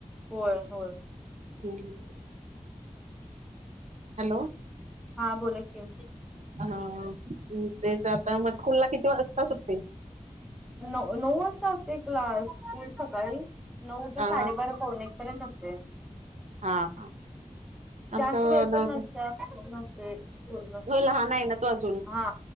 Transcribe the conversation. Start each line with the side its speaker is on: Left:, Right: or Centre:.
Centre: होय होय.
Right: हम्म. हॅलो.
Centre: हा बोलात की.
Right: हा तेच आता मग स्कूल ला किती वाजता सुटते.
Centre: न नऊ वाजता असते क्लास स्कूल सकाळी नऊ ते
Right: हा
Centre: साडेबारा. पोन एक पर्यंत असते.
Right: हा हा.
Centre: <inaudible>
Right: आमचं
Centre: जास्त वय
Right: नव्हतं
Centre: पण नसत नसते. ख नसते
Right: हो लहान आहे ना तो अजून
Centre: हा